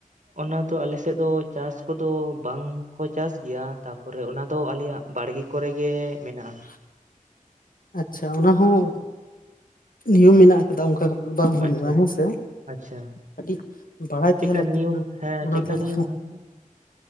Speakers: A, on the right; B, on the left.
A: ᱚᱱᱟ ᱫᱚ ᱟᱞᱮᱥᱮᱫ ᱫᱚ ᱪᱟᱥ ᱠᱚᱫᱚ ᱵᱟᱝᱠᱚ ᱪᱟᱥ ᱜᱮᱭᱟ ᱛᱟᱯᱚᱨᱮ ᱚᱱᱟ ᱫᱚ ᱟᱞᱮᱭᱟᱜ ᱵᱟᱲᱜᱮᱹ ᱠᱚᱨᱮᱜ ᱜᱮ ᱢᱮᱱᱟᱜᱼᱟ ᱾
B: <unintelligible> ᱟᱪᱪᱷᱟ ᱚᱱᱟ ᱦᱚᱸ ᱱᱤᱭᱚᱢ ᱢᱮᱱᱟᱜ ᱟᱠᱟᱫᱟ ᱚᱱᱠᱟ ᱠᱟᱛᱮ ᱫᱚ ᱵᱟᱝ ᱦᱩᱭᱩᱜᱼᱟ
A: ᱟᱪᱪᱷᱟ
B: ᱦᱮᱸᱥᱮ?
A: ᱟᱪᱪᱷᱟ
B: ᱠᱟᱹᱴᱤᱡ ᱵᱟᱲᱟᱭ
A: ᱪᱮᱫᱠᱟ
B: ᱛᱟᱦᱮᱸ ᱞᱟᱹᱠᱛᱤ
A: ᱱᱤᱭᱚᱢ
B: ᱠᱟᱱᱟ
A: ᱦᱮᱸ
B: ᱚᱱᱟ
A: ᱪᱮᱫᱠᱟ
B: ᱫᱚ
A: ᱱᱤᱭᱚᱢ
B: ᱾
A: ᱚᱱᱟ ᱫᱚ